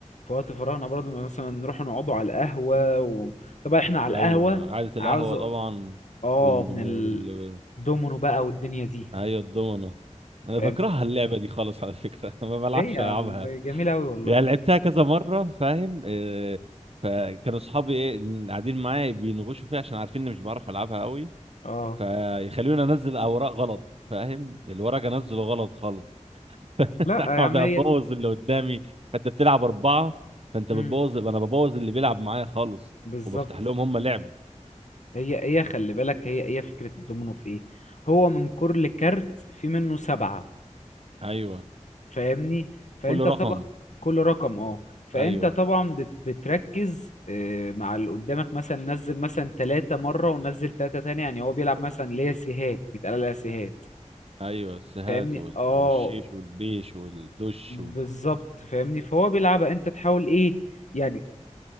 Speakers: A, on the left (about 70°); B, on the right (about 55°).
A: في وقت فراغنا برضه مثلا نروح نقعدوا على القهوه و... طبعا احنا على القهوه
B: ايوه قعدة القهوة
A: عاوز
B: طبعا
A: اه
B: وال
A: من
B: وال
A: الدومينو بقى والدنيا دي
B: ايوه الضمنة انا
A: فاهم
B: بكرهها اللعبة دي خالص على فكرة <laughs> ما بلعبش
A: ليه يا
B: العبها
A: عم جميله قوي والله
B: يعني لعبتها كذا مرة فاهم آه، فكانوا صحابي ايه اللي قاعدين معايا بينغشوا فيها عشان عارفين اني مش بعرف العبها قوي
A: اه
B: فيخلوني انزل اوراق غلط فاهم الورق انزله غلط خالص <laughs>
A: لا
B: اقعد
A: يا عم
B: ابوظ
A: هي
B: اللي قدامي فانت بتلعب اربعة فانت
A: امم
B: بتبوظ انا ببوظ اللي بيلعب معايا خالص
A: بالظبط
B: وبفتح لهم هم لعب
A: هي هي خلي بالك هي هي فكره الدومينو في ايه هو من كل كارت في منه سبعه
B: ايوه
A: فاهمني فانت
B: كل رقم
A: طبعا كل رقم اه فانت
B: ايوه
A: طبعا بت- بتركز آه، مع اللي قدامك مثلا نزل مثلا ثلاثة مرة ونزل ثلاثة تاني يعني هو بيلعب مثلا ليا سيهات بيتقال ليا سيهات
B: ايوه السهات
A: فاهمني
B: وال-
A: اه
B: والشيش والبيش والدش
A: بالظبط
B: وال...
A: فاهمني فهو بيلعبها انت تحاول ايه يعني